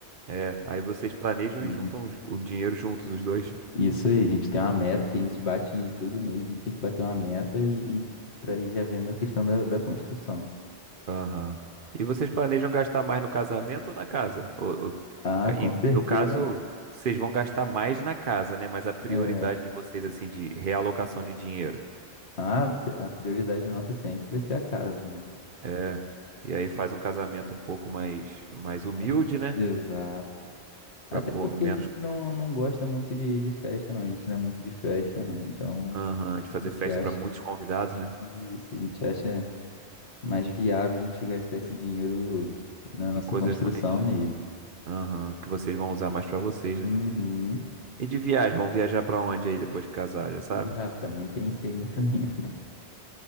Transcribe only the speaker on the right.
É, aí vocês planejam
e juntam os- o dinheiro juntos, os dois.
Aham. E vocês planejam gastar mais no casamento ou na casa? Ou- ou-
é, em-
no caso, vocês vão gastar mais na casa, né? Mas a prioridade
de vocês, assim, de realocação de dinheiro.
É. E aí faz um casamento um pouco mais, mais humilde,
né?
Para
menos
Aham, de fazer
festa
para muitos convidados, né?
Em coisas
mais.
Aham, que vocês vão usar mais para vocês,
né? E de viagem, vão viajar para onde aí depois que casar, já sabe?